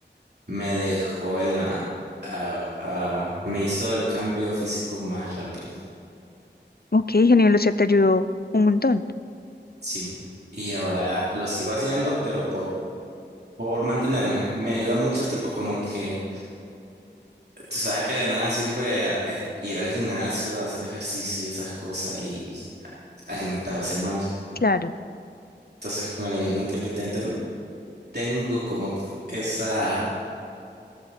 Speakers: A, on the right; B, on the left.
A: me dejó en la... a- a- me hizo el cambio físico más rápido.
B: ok, genial, o sea, te ayudó un montón.
A: Sí. Y ahora lo sigo haciendo, pero por, por mantenerme. Me ayuda mucho, tipo como que Tú sabes que de nada sirve eh, ir al gimnasio, hacer ejercicio y esas cosas y alimentarse mal.
B: Claro.
A: Entonces, con el ayuno intermitente tengo como esa,